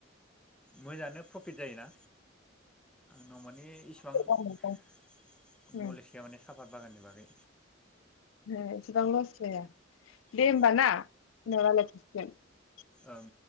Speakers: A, in the centre; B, on the left.
A: मोजाङानो प्रफिट जायोना? नाव माने इसिबां नलेज
B: ओं ओं
A: गैया माने साफात बागाननि बागै
B: हे इसिबां लस जाया। दे
A: अ
B: होमबा ना उनाव राय <unintelligible>
A: ओम